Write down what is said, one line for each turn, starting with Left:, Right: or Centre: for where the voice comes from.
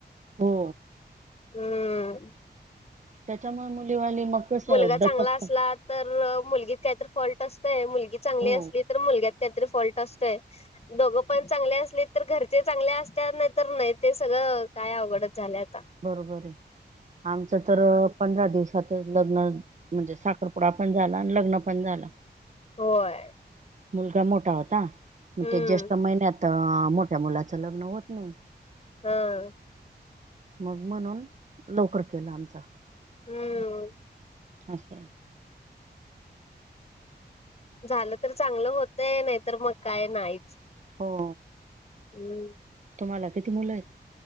Right: हो.
Left: हम्म
Right: त्याच्यामुळ मुलीवाली मग कसं
Left: मुलगा चांगला
Right: दचकतात
Left: असला तर मुलगीत काहीत फॉल्ट असतंय मुलगी चांगली
Right: हो
Left: असली तर मुलग्यात कायतर फॉल्ट असतोय. दोघं पण चांगले असले तर घरचे चांगले असत्यात नायतर नाय ते सगळं काय अवघडचं झाल्यात
Right: बरोबर ये आमचं तर पंधरा दिवसात लग्न म्हणजे साखर पुडा पण झाला आणि लग्न पण झाला.
Left: होय.
Right: मुलगा मोठा होता मग
Left: हम्म
Right: त्या जेष्ठ महिन्यात ता मोठ्या मुलाचं लग्न होत नाही.
Left: हां
Right: मग म्हणून लवकर केला आमचा
Left: हम्म
Right: असंय.
Left: झालं तर चांगलं होतंय नायतर मग काय नाहीच.
Right: हो.
Left: हम्
Right: तुम्हाला किती मुलं आहेत.